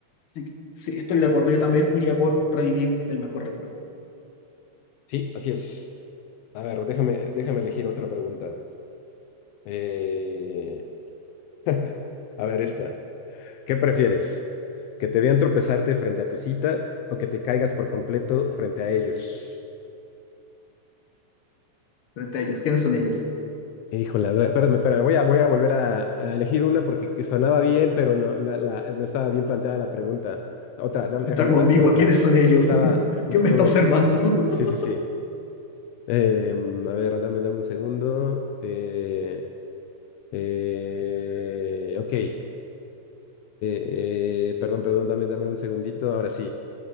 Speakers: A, on the left; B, on the left.
A: Así que sí, estoy de acuerdo. Yo también iría por revivir el mejor recuerdo
B: Sí, así es. A ver, déjame, déjame elegir otra pregunta. Eh, <laughs> a ver, esta. ¿Qué prefieres? ¿Que te vean tropezarte frente a tu cita o que te caigas por completo frente a ellos?
A: frente a ellos. ¿Quiénes son ellos?
B: Híjole, a ver, espérame, espérame, voy a, voy a volver a, a elegir una porque que sonaba bien, pero no, la- la- no estaba bien planteada la pregunta. Otra, dam-
A: Está
B: déjame
A: como
B: darte
A: ambigua.
B: otra.
A: ¿Quiénes son ellos?
B: Estaba
A: <laughs>
B: justo.
A: ¿Quién me está observando? <laughs>
B: Sí, sí, sí. Em, a ver, dame, dame un segundo. Eh, eh, ok. Eh, eh, perdón, perdón, dame, dame un segundito. Ahora sí.